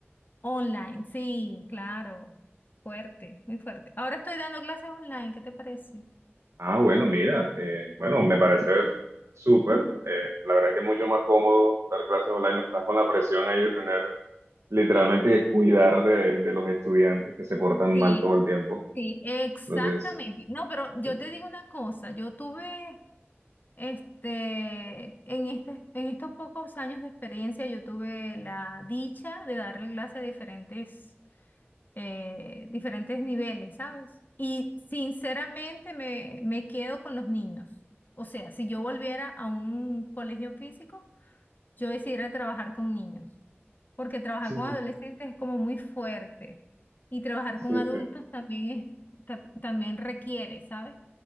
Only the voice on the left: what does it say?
online, sí, claro, fuerte, muy fuerte. Ahora estoy dando clases online, ¿qué te parece?
Sí,
sí, exactamente.
No, pero yo
te digo una cosa, yo tuve, este, en este, en estos pocos años de experiencia, yo tuve la dicha de darle clases a diferentes. eh, diferentes niveles, ¿sabes? Y sinceramente me, me quedo con los niños. O sea, si yo volviera a un colegio físico, yo decidiera trabajar con niños, porque trabajar
con adolescentes es como muy fuerte y trabajar
con adultos también es, ta- también requiere, ¿sabes?